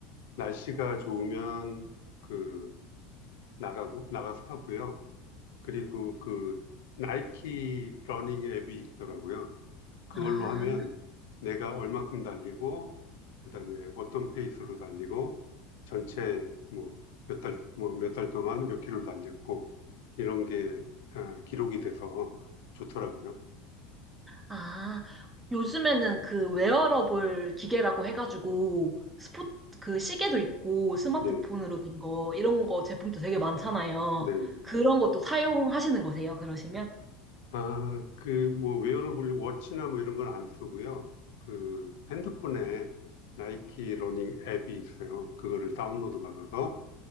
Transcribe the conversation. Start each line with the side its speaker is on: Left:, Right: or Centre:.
Left: 날씨가 좋으면 그 나가고 나가서 하고요. 그리고 그 나이키 러닝 앱이 있더라고요. 그걸로
Right: 아,
Left: 하면 내가 얼만큼 달리고 그다음에 어떤 페이스로 달리고 전체 뭐 몇 달, 뭐 몇 달 동안 몇 킬로를 달렸고 이런 게 아, 기록이 돼서 좋더라고요.
Right: 아, 요즘에는 그 웨어러블 기계라고 해가지고 스포 그 시계도 있고 스마트폰으로
Left: 네,
Right: 된 거 이런 거 제품도 되게 많잖아요.
Left: 네, 네.
Right: 그런 것도 사용하시는 거세요? 그러시면?
Left: 아, 그 뭐 웨어러블 워치나 뭐 이런 건 안 쓰고요. 그 핸드폰에 나이키 러닝 앱이 있어요. 그거를 다운로드 받아서